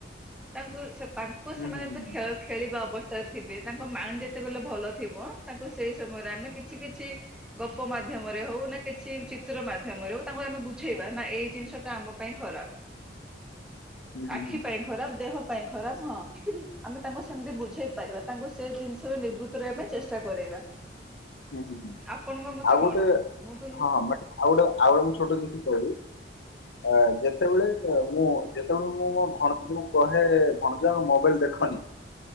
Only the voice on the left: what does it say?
ହୁଁ
ହୁଁ ହୁଁ
ହୁଁ ହୁଁ ହୁଁ ହୁଁ
ହୁଁ ହୁଁ ହୁଁ
ଆଉ
ଗୋଟେ
ହଁ ବଟ୍ ଆଉ ଗୋଟେ ଆଉ ଗୋଟେ ମୁଁ ଛୋଟ ଜିନିଷ କହିବି। ଆ ଯେତେବେଳେ ଆ ମୁଁ ଯେତେବେଳେ ମୁଁ ମୋ ଭଣ ମୁଁ କହେ ଭଣଜା ମୋବାଇଲ ଦେଖନି